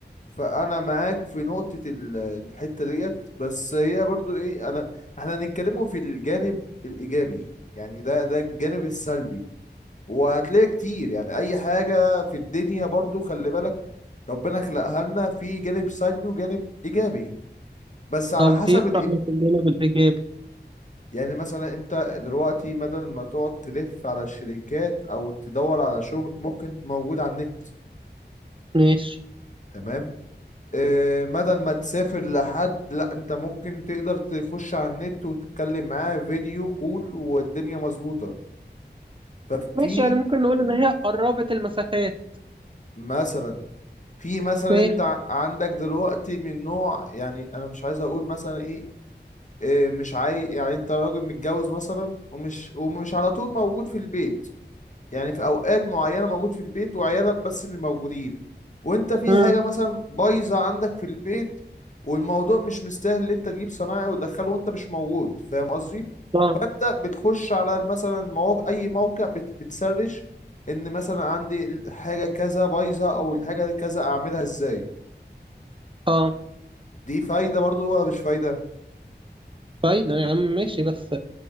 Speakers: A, on the left; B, on the right.
A: فانا معاك في نقطة ال- الحتة ديت بس هي برضو ايه انا احنا هنتكلموا في الجانب الايجابي يعني ده ده الجانب السلبي وهتلاقي كتير يعني اي حاجة في الدنيا برضو خلي بالك ربنا خلقها لنا في جانب سلبي وجانب ايجابي بس على
B: طب
A: حسب
B: إيه في رأيك الجانب الإيجابي؟
A: يعني مثلا انت دلوقتي بدل ما تقعد تلف على الشركات او تدور على شغل ممكن موجود على النت
B: ماشي
A: تمام اه بدل ما تسافر لحد لا انت ممكن تقدر تخش على النت وتتكلم معاه فيديو كول والدنيا مظبوطة ففي
B: ماشي يعني ممكن نقول إن هي قربت المسافات
A: مثلا في مثلا
B: ماشي
A: انت ع- عندك دلوقتي من نوع يعني انا مش عايز اقول مثلا ايه اه مش عاي يعني انت راجل متجوز مثلا ومش ومش على طول موجود في البيت يعني في اوقات معينه موجود في البيت وعيالك بس اللي موجودين وانت في
B: مم.
A: حاجه مثلا بايظه عندك في البيت والموضوع مش مستاهل ان انت تجيب صنايعي وتدخله وانت مش موجود فاهم قصدي
B: اه
A: فانت بتخش على مثلا مواقع اي موقع بت... بتسرش ان مثلا عندي حاجه كذا بايظه او الحاجه كذا اعملها ازاي
B: اه
A: دي فايده برضو ولا مش فايده
B: فايدة يا عم ماشي بس